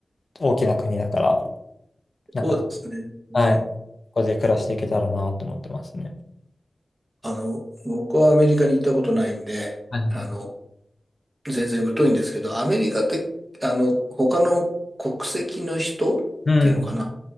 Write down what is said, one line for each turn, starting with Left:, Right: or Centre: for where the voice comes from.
Left: 大きな国だから、なんか、
Right: そうですね。うん。
Left: はい、ここで暮らしていけたらなと思ってますね。
Right: あの、僕はアメリカに行ったことないんで、
Left: はいはいはい
Right: あの、全然疎いんですけど、アメリカって、あの、他の国籍の人っていうのかな。
Left: うん。